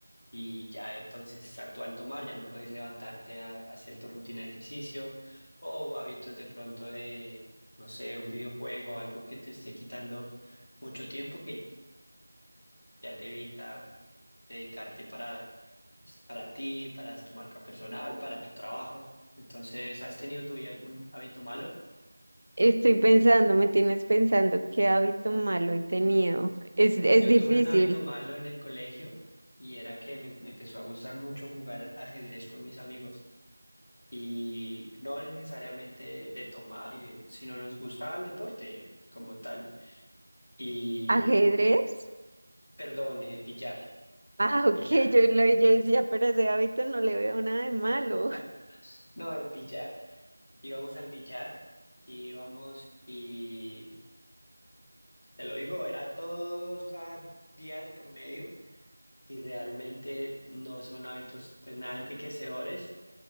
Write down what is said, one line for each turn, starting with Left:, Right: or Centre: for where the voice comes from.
Left: y ya entonces a- tú al tomar ya no puedes levantarte a, a hacer tu rutina de ejercicio o hábitos de pronto de, no sé, un videojuego, algo que te esté quitando mucho tiempo que ya te evita dedicarte para, pues, para ti, para tu marca personal, para tu trabajo. Entonces, ¿has tenido en tu vida algún hábito malo?
Right: Estoy pensando, me tienes pensando qué hábito malo he tenido. Es, es
Left: Yo
Right: difícil.
Left: tuve un hábito malo en el colegio y era que me, me empezó a gustar mucho jugar ajedrez con mis amigos y no necesariamente de tomar, y- sino nos gustaba el deporte como tal y,
Right: ¿Ajedrez?
Left: co- perdón, eh, billar,
Right: Ah, ok,
Left: billar,
Right: yo, lo, yo decía, pero ese hábito no le veo nada de malo.
Left: <laughs> no, el billar. Íbamos al billar y íbamos y, te lo digo, era todos cada día de por medio y realmente no son hábitos pues nada enriquecedores